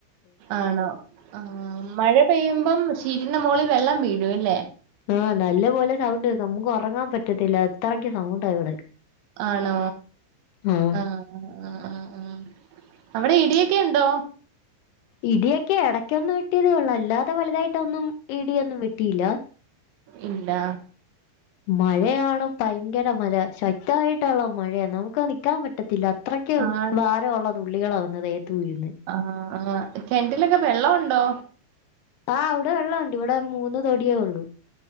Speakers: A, on the right; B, on the left.
A: ആണോ ആഹ് മഴ പെയ്യുമ്പം ഷീറ്റിന്റെ മോളി വെള്ളം വീഴും അല്ലേ.
B: ആഹ് നല്ലപോലെ സൗണ്ട് കേക്കും നമ്മക്ക് ഒറങ്ങാൻ പറ്റത്തില്ലാ അത്രക്ക് സൗണ്ടാ ഇവിടെ.
A: ആണോ
B: ആ
A: ആഹ്. ആഹ് ആഹ് ആഹ് അവിടെ ഇടിയൊക്കെ ഉണ്ടോ?
B: ഇടിയൊക്കെ ഇടയ്ക്കൊന്ന് വെട്ടിയതേ ഒള്ളൂ അല്ലാതെ വലുതായിട്ടൊന്നും ഇടിയൊന്നും വെട്ടിയില്ലാ.
A: ഇല്ലാ
B: മഴയാണ് ഭയങ്കര മഴയാ ശക്തായിട്ടൊള്ള മഴയാ നമ്മക്ക് നിക്കാൻ പറ്റത്തില്ലാ അത്രയ്ക്ക്
A: ആഹ്
B: ഭാര ഒള്ള തുള്ളികളാ വന്ന് ദേഹത്ത് വീഴുന്നെ
A: ആഹ് ആഹ് കെണറ്റിലൊക്കെ വെള്ള ഒണ്ടോ?
B: ആഹ് ഇവിടെ വെള്ള ഒണ്ട് ഇവിടെ മൂന്ന് തൊടിയേ ഒള്ളൂ